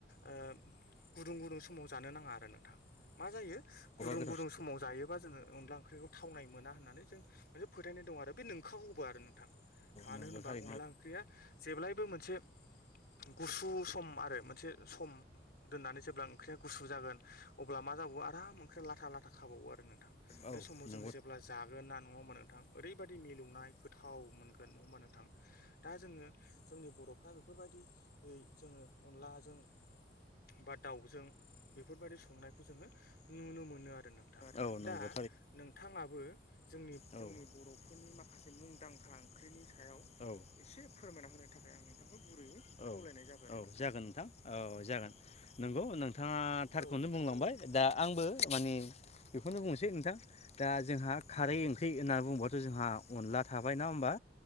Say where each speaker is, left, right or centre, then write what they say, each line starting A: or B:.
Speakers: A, on the left; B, on the left.
A: ओ गुदुं गुदुं समाव जानो नाङा आरो नोंथां मा जायो गुदुं
B: मा
A: गुदुं समाव जायोबा जोङो अन्ला ओंखि थावनाय मोना होननानै जों मोनसे फोथाय नाय दं आरो बे नोंखागौबो आरो नोंथां मानो
B: नोंथां
A: होनोबा अनला ओंख्रिया जेब्लायबो मोनसे गुसु सम आरो मोनसे सम दोननानै जेब्ला ओंख्रिया गुसु जागोन अब्ला मा जाबावो आराम ओंख्रि लाथ लाथा खाबावो आरो नोंथां
B: नोंथां
A: बे समाव जों जेब्ला जागोन ना नङा हबा नों -थां ओरैबायाददि मिलौनाय गोथाव मोनगोन नङा होमबा नोंथां दा जोङो जोंनि बर'फ्रा बेखौ बेफोरबायदि यै जोङो अनलाजों बा दाउजों बेफोरबायादि संनायखौ जोङो नुनो मोनो आरो नोंथां
B: औ नंगौ
A: दा नोंथाङाबो जों
B: जोंनि बर'फोरनि माखासे मुंदांखा ओंख्रिनि सायाव एसे फोरमायना होनो थाखाय आं नोंथांखौ गुरैयै खावलाय जाबाय आरो नोंथां? नथाङाथारखौनो
A: औ नोंथां
B: बुंलांबाय
A: थारैनो
B: दा आंबो माने बेखौनो बुंनोसै नोंथां दा जोंहा खारै ओं ख्रि होनना बुंबाथ' जोंहा अनला थाबाय नङा होमबा